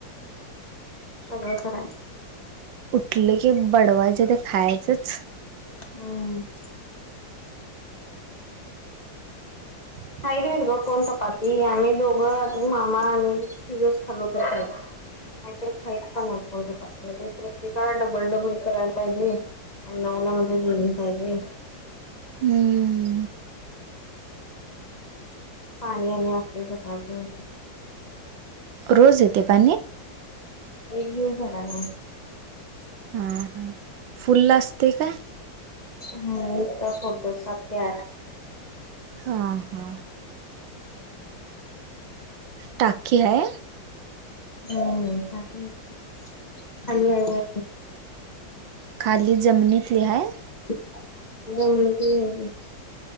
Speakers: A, on the left; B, on the right.
A: न.
B: उठले की बडवायच ते खायचंच.
A: ह.
B: <unintelligible>
A: खाईले ग कोण चपाती आम्ही दोघं मामा आणि तिथस खाल्लो तर काही. नाहीतर खायच प नाही कोण चोपाचे म्हणजे प्रत्येकाला डबल डबल करायला पाहिजे. आणि नऊला म्हणजे जेनहिे.
B: हम्म.
A: पाणी आणि असते सकाळच.
B: रोज येते पा.
A: एक दिवस हडा मग.
B: हां हां फुल् ला असते काय.
A: हम् इ त सोडत सात ते आठ.
B: हां हां. टाकीी आहे.
A: हम्म टाकी आहे खाली आहे
B: खाली जमिनीतली हाय.
A: <unintelligible>